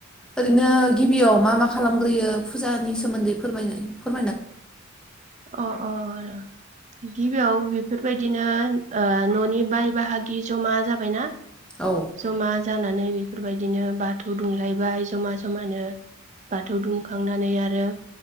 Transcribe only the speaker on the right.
अ अ आरो गिबियाव बेफोरबायदिनो ओ न'नि बाय बाहागि जमा जाबायना
जमा जानानै बे फोरबायदिनो बाथौ दुंलायबाय जमा जमानो बाथौ दुमखांनानै आरो